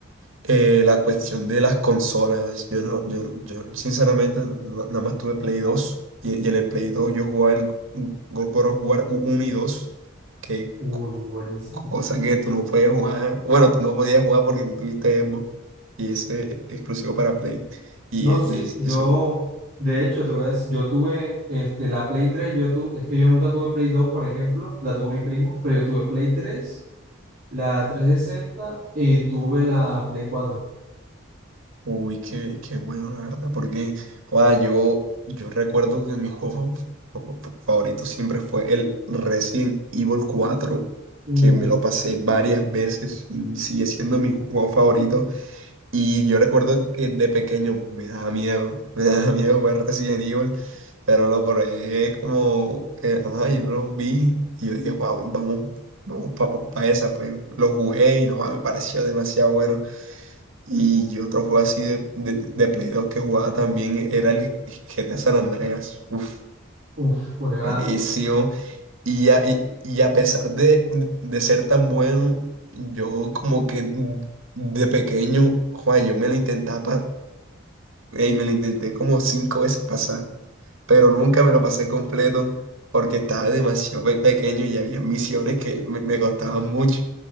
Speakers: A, on the right (about 80°); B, on the right (about 40°).
A: eh, la cuestión de las consolas. Yo, no, yo, yo sinceramente, no- nada más tuve Play 2 y, y en el Play 2 yo jugaba el Go- God of War 1 y 2 que
B: Uy, buenísimos.
A: cosa que tú no puedes jugar, bueno, tú no podías jugar porque tú tuviste Xbox y ese es exclusivo para Play. Y,
B: No,
A: e-
B: sí,
A: y es-
B: yo,
A: y eso,
B: de hecho, te voy a decir, yo tuve este, la Play tres yo tu, es que yo nunca tuve Play dos por ejemplo, la tuvo mi primo, pero yo tuve Play tres la 360 y tuve la Play 4.
A: uy, qué, qué bueno, la verdad, porque, joda, yo, yo recuerdo que mi juego fa- fa- fa- favorito siempre fue el Resident Evil cuatro
B: Uf,
A: que me lo pasé varias veces y sigue siendo mi juego favorito. Y yo recuerdo que de pequeño me daba miedo, me daba miedo jugar Resident Evil, pero lo probé como, eh, ajá, yo lo vi y yo dije, "Guau, vamos, vamos para esa, pues lo jugué y no, guau, me pareció demasiado bueno. Y otro juego así de, de, de Play 2 que jugaba también era el GTA San Andreas, uf
B: uf, juegazos.
A: buenísimo. Y, ya- y, y a pesar de, de ser tan bueno, yo como que de pequeño, joa, yo me lo intentaba pa- Ey, me lo intenté como cinco veces pasar, pero nunca me lo pasé completo porque estaba demasiado pe- pequeño y había misiones que me, me costaban mucho